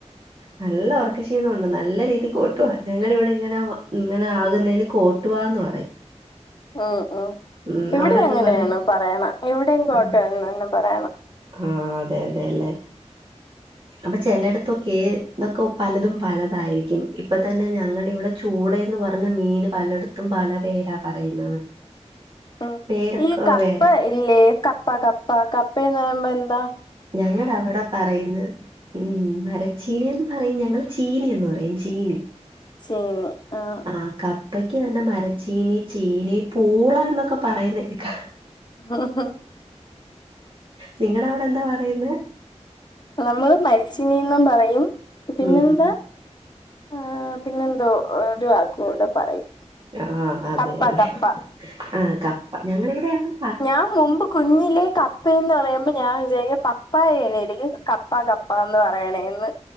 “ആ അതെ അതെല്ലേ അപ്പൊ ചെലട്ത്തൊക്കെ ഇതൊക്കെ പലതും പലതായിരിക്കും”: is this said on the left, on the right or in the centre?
Right